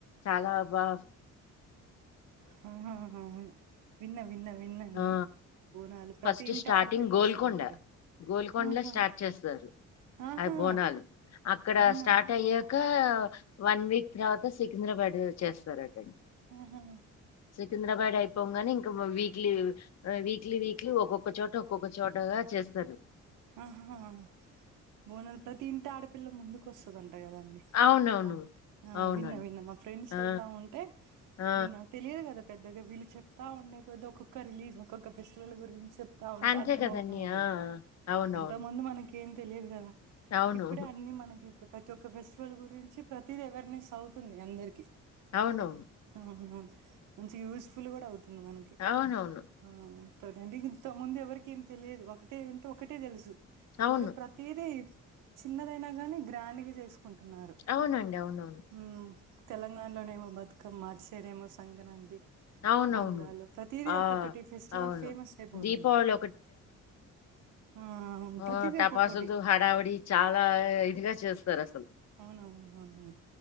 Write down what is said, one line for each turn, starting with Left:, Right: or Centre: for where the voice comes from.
Left: చాలా బా
Right: హా అవును విన్న విన్న విన్నా అండి
Left: ఆ!
Right: బోనాలు ప్రతి
Left: ఫస్ట్
Right: ఇంటి
Left: స్టార్టింగ్
Right: ఆడపిల్ల
Left: గోల్కొండ
Right: వస్తదంటగా.
Left: గోల్కొండల
Right: ఆహా!
Left: స్టార్ట్ చేస్తారు
Right: ఆహా!
Left: అది బోనాలు అక్కడ
Right: అవునా?
Left: స్టార్ట్ అయ్యాక కా వన్ వీక్ తర్వాత సికింద్రాబాడ్ లో చేేస్తారట
Right: ఆహా!
Left: సికింద్రాబాద్ అయిపోంగానే ఇంకా వీక్లీ ఆ వీక్లీ వీక్ క్లి ఒక్కొక్క చోట ఒక్కొక్క చోటగా చేస్తారు
Right: ఆహా బోనాలు ప్రతి ఇంటి ఆడపిల్ల ముందుకు వస్తదంట కదండి
Left: అవునవును.
Right: అ ఆ
Left: అవునండి.
Right: విన్నా విన్నా మా ఫ్రెండ్స్
Left: ఆ!
Right: వెళ్తా ఉంటే
Left: ఆ!
Right: విన్నా తెలియదు కదా పెద్దగా వీళ్ళు చెప్తా ఉండే కొద్ ఒక్కొక్క రిలీజ్ ఒక్కొక్క ఫెస్టివల్ గురించి చెప్తా ఉంటే
Left: అంతే
Right: అర్థం
Left: కదండీ.
Right: అవుతా ఉంటది
Left: ఆ! ఆ! అవునవును.
Right: అంతకు ముందు మనకి ఏం తెలియదు కదా
Left: అవును.
Right: ఇప్పుడే అన్ని మనకి ఇపుడు ప్రతి ఒక్క ఫెస్టివల్ గురించి ప్రతిదీ అవేర్నెస్ అవుతుంది అందరికి
Left: అవునవును
Right: అవునవును మంచి యూస్ఫుల్ కూడా అవుతుంది మనకి
Left: అవునవును.
Right: ఆ ప్రతింటి ఇంత మంది ఎవరికి ఏమి తెలియదు ఒకటే ఉంటే ఒకటే తెలుసు
Left: అవును.
Right: ఇప్పుడు ప్రతీదీ చిన్నదైనా గాని గ్రాండ్ గా చేసుకుంటున్నారు
Left: అవునండి. అవునవును.
Right: ఊ తెలంగాణలోనేమో బతుకమ్మ అట్ సైడేమో సంగ్రాంతి
Left: అవునవును.
Right: ఆంధ్రాలో ప్రతిదీ
Left: ఆ!
Right: ఒక్కొక్కటి ఫెస్టివల్
Left: అవును.
Right: ఫేమస్ అయిపోతుంది
Left: దీపావళి
Right: ఆ
Left: ఒ
Right: ప్రతిదీ
Left: టపాసులు
Right: ఒక్కొక్కటి
Left: హడావిడి చాలా ఇదిగా చేస్తారు అసలు
Right: అవునవును అవునవు